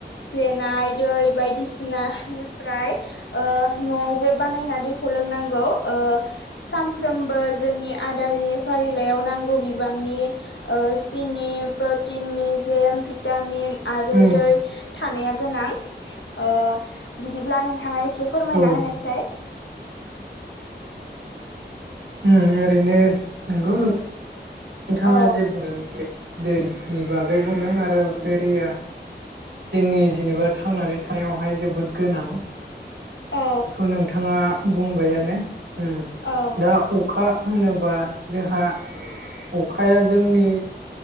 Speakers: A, on the left; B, on the right.
A: फ्लेनाय दै बायदिसिनानिफ्राय ओ न'आवबो बानायना दैखौ लोंनांगौ ओ सानफ्रोमबो जोंनि आदारनि फारिलाइयाव नांगौ बिबांनि ओ सिन नि प्रटिन मेजेम भिटामिन आरो
B: उम
A: दै थानाया गोनां ओ बिदिब्ला नोंथाङा एसे फोरमायना
B: औ
A: होनायसै
B: ओं ओरैनो नोंगौ नोंथाङा
A: अ
B: जे बुंदों बेयो दैनि बागै बुंदों आरो बे दैया जोंनि जेनेबा थांनानै थानायावहाय जोबोद गोनां
A: औ
B: खौ नोंथाङा बुंबायानो उम
A: औ
B: दा अखा होनोबा जोंहा अखाया जोंनि